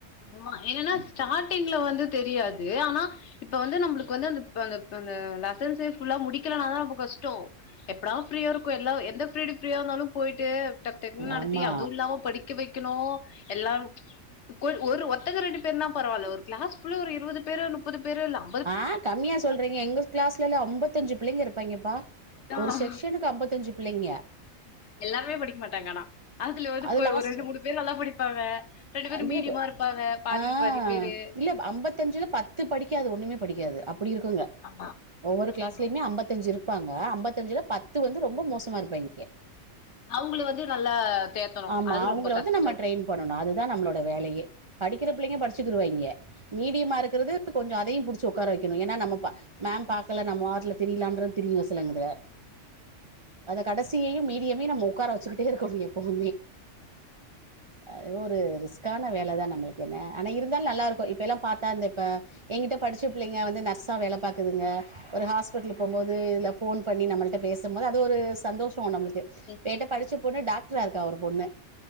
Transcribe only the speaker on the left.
ஆமா என்னனா ஸ்டாடிங்ல வந்து தெரியாது ஆனா இப்ப வந்து நம்பளுக்கு வந்து அந்த ப அந்த இப்ப அந்த லெசன்சே ஃபுல்லா முடிக்கலனா தா ரொம்ப கஷ்டோ எப்படா ப்ரீயா இருக்கு எல்லா எந்த ப்ரீடு ஃப்ரியா இருந்தாலு போய்ட்டு டக் டக்னு நடத்தி
அது இல்லாம படிக்க வைக்கணு எல்லா கொ ஒரு ஒர்த்தங்க ரெண்டு பேருனா பரவால ஒரு க்ளாஸ் குள்ள ஒரு இருவது பேரு நுப்பது பேரு எல்லாம்
அதான்
எல்லார்மே படிக் மாட்டாங் ஆனா அதுல வந்து
கொ
ஒரு ரெண்டு மூணு பேர் நல்லா படிப்பாங்க ரெண்டு பேரு
மீடியமா இருப்பாங்க பாதிக்கு
பாதி பேரு
ஆமா
ஆமா
அவுங்கள வந்து நல்லா தேத்தணும்
அது
ரொம்ப
கஷ்டம்
ரெஸ்பெக்ட்
இருக்கும்